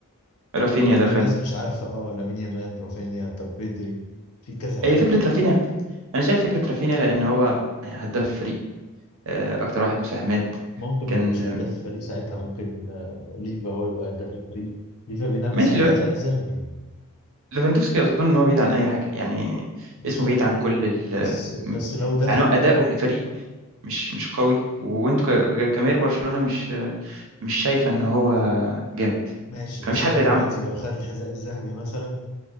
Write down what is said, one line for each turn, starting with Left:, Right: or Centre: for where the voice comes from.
Right: رافينيا
Left: ما-
Right: دخل
Left: الناس مش عارفة اه لامين يامال رافينيا طب بيدري في كذا حد
Right: هي فكرة
Left: يعني.
Right: رافينيا أنا شايف فكرة رافينيا لأن هو هداف الفريق آه، أكتر واحد مساهمات
Left: ممكن
Right: كان
Left: ما يبقاش هداف الفريق ساعتها ممكن آه، ليفا هو يبقى هداف الفريق ليفا بينافس
Right: ماشي
Left: على الحذاء الذهبي يعني
Right: ليفاندوفسكي اظن ان هو بعيد عن اي حاجه يعني
Left: بالظبط
Right: اسمه بعيد عن كل ال...
Left: بس بس لو دخل
Right: يعني هو اداؤه في الفريق مش مش قوي وانتوا ك- ك- كجماهير برشلونه مش مش شايفه ان هو جامد
Left: ماشي
Right: فمفيش
Left: بس
Right: حد
Left: هو
Right: يدعمه
Left: دلوقتي لو خد الحذاء الذهبي مثلا